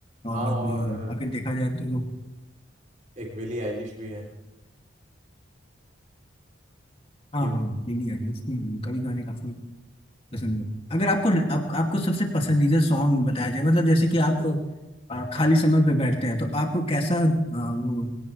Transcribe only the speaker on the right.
हाँ
और
एक बिली आइलिश भी है
क्यों